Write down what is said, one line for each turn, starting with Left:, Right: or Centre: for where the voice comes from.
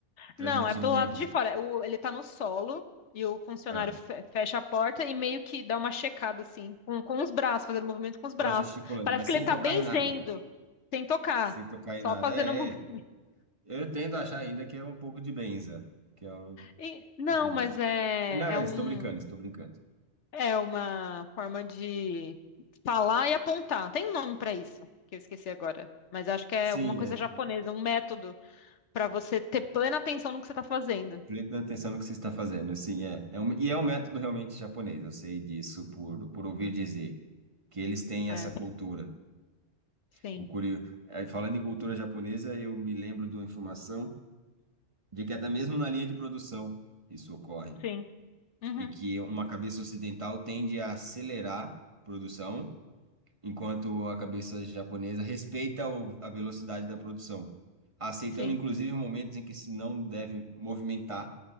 Right: transmitindo
Left: Não, é pelo
Right: energia.
Left: lado de fora. O- ele tá no solo e o funcionário
Right: Ah,
Left: fe- fecha a porta e meio que dá uma checada, assim, com, com os braços, fazendo movimento com os braços.
Right: só gesticulando,
Left: Parece
Right: mas
Left: que
Right: sem
Left: ele tá
Right: tocar
Left: benzendo,
Right: em nada.
Left: sem tocar,
Right: Sem tocar
Left: só
Right: em nada.
Left: fazendo
Right: É,
Left: movimento.
Right: é.
Left: <laughs>
Right: Eu tendo a achar ainda que é um pouco de benza, que é um
Left: E- não,
Right: pouco disso.
Left: mas é,
Right: É, Não, é,
Left: é um,
Right: estou brincando, estou brincando.
Left: é uma forma de falar e apontar. Tem um nome pra isso, que eu esqueci agora. Mas acho que é
Right: Sim,
Left: alguma coisa
Right: é,
Left: japonesa, um método pra você ter plena atenção no que você tá fazendo.
Right: Prestando atenção no que você está fazendo, assim, é. É um- e é um método realmente japonês, eu sei disso por, por ouvir dizer, que eles têm
Left: É,
Right: essa cultura.
Left: sim,
Right: O curio... eh, Falando em cultura japonesa, eu me lembro de uma informação de que até mesmo na linha de produção isso ocorre,
Left: sim. Uhum,
Right: e que uma cabeça ocidental tende a acelerar a produção, enquanto a cabeça japonesa respeita o- a velocidade da produção, aceitando
Left: sim.
Right: inclusive momentos em que se não deve movimentar,